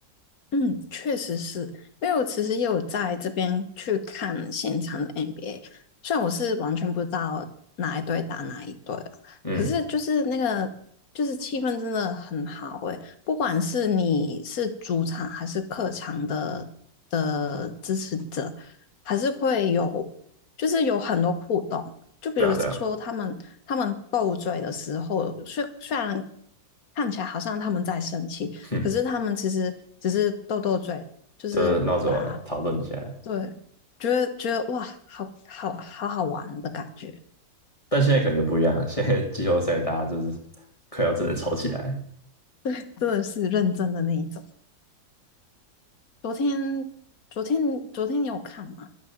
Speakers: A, on the left; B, on the left.
A: 嗯，确实是，因为我其实也有在这边去看现场的 NBA，虽然我是完全不知道哪一队打哪一队啊，
B: 嗯，
A: 可是就是那个就是气氛真的很好诶，不管是你是主场还是客场的的支持者，还是会有就是有很多互动，就比如说他们他们斗嘴的时候，
B: 对啊，对啊，
A: 虽虽然看起来好像他们在生气。
B: 哼，
A: 可是他们其实只是斗斗嘴，就是打，
B: 就闹着玩啊，讨论一下。
A: 对，觉得觉得哇，好好好好玩的感觉，
B: 但现在可能就不一样了，现在 <laughs> 季后赛大家就是快要真的吵起来。
A: 真的是认真的那一种。昨天昨天昨天你有看吗？